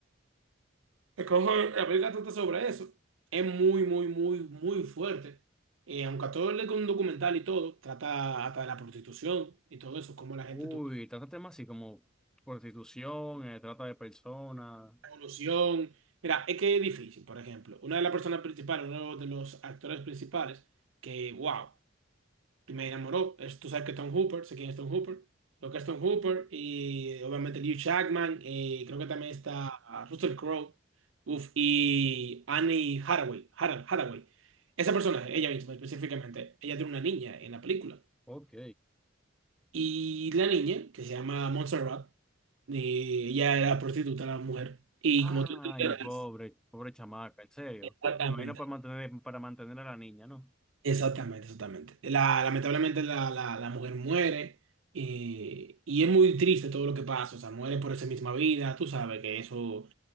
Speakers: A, on the right (about 70°); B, in the centre.
A: Es que ojo, la película trata sobre eso. Es muy, muy, muy, muy fuerte. Eh, aunque a todo le con un documental y todo, trata hasta de la prostitución y todo eso, cómo la gente
B: Uy,
A: tuvo
B: trata temas así como prostitución, eh, trata de personas.
A: la evolución. Mira, es que es difícil, por ejemplo. Una de las personas principales, uno de los actores principales, que, wow. y me enamoró. Es- tú sabes que Tom Hooper, sé quién es Tom Hooper, lo que es Tom Hooper y eh, obviamente Liu Chapman, y creo que también está ah, Russell Crowe, uf, y Annie Hathaway, Hara- Hathaway. Esa personaje, ella misma específicamente, ella tiene una niña en la película.
B: Ok.
A: Y la niña, que se llama Montserrat, y ella era prostituta, la mujer. Y
B: Ay,
A: como tú te enteras,
B: pobre, pobre chamaca, en serio.
A: Exactamente.
B: Me imagino para mantener, para mantener a la niña, ¿no?
A: Exactamente, exactamente. La, lamentablemente la, la, la mujer muere eh, y es muy triste todo lo que pasa, o sea, muere por esa misma vida, tú sabes que eso